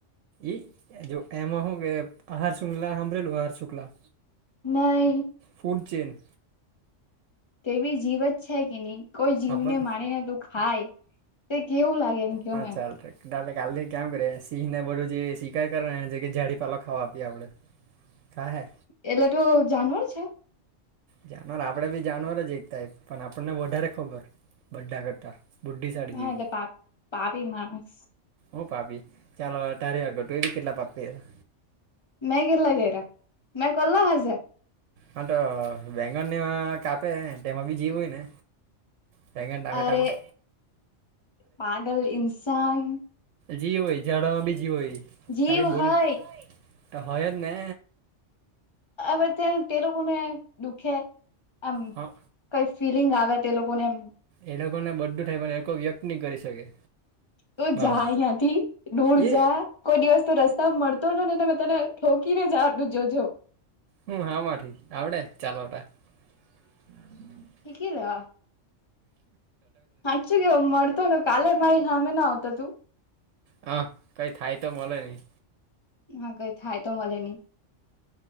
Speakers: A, on the right (about 80°); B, on the left (about 25°).
A: ઈ એ જો એમાં હું કે આહાર શુંગલા હાંભરેલું આહાર શુંક્લા?
B: નઈ.
A: ફૂડ ચેઈન
B: તે બી જીવ જ છે કે ની, કોઈ જીવને
A: આપણ
B: મારીને તું ખાય તે કેવું લાગે એમ? કયો
A: હા
B: મેં
A: ચાલ રે ટાલે કાલથી ક્યામ કરીએ સિંહ ને બધું જે શિકાર કર એ જાડીપાલો ખાવા આપીએ આપડે. થા હૈ
B: એટલે તું જાનવર છે.
A: જાનવર આપડે બી જાનવર જ એક ટાઇપ પણ આપણને વધારે ખબર બધા કરતા. બુદ્ધિ સાળી
B: હા
A: જીવ
B: એટલે પાપ પાપી માણસ
A: હું કાપી ચાલો તારી વાટ કર તું એ બી કેટલા પાપ કયરા.
B: મેં કેટલા કયરા મેં કરલા હજા
A: આ તો વેન્ગન ને કાપે તેમાં બી જીવ હોય ને. બેેંગન ટામેટમાં
B: અરે પાગલ ઇન્સાન
A: જીવ હોય જાવડામાં બી જી હોય
B: જીવ
A: ખાલી બોલ
B: હય
A: તો હોય જ ને.
B: હવે તે તે લોકોને દુખે એમ
A: હા
B: કઈ ફિલિંગ આવે તે લોકોને એમ.
A: એ લોકોને બધું થાય વાને એ લોકો વ્યક્ત ની કરી શકે.
B: તું
A: બહાર
B: જા અહીંયા થી દૂર
A: એ
B: જા કોઈ દિવસ તો રસ્તા મળતો ને મે તને ઠો કીને જવાનું જોજો
A: હમ હામાંઠી આવડે ચાલવતા. <unintelligible>
B: હીખી લેવા. સાાચું કેવ મળતો ને કાલે મારી સામે ના આવતો તું.
A: હ કઈ થાય તો મલે નીં.
B: હા કઈ થાય તો મળે ની.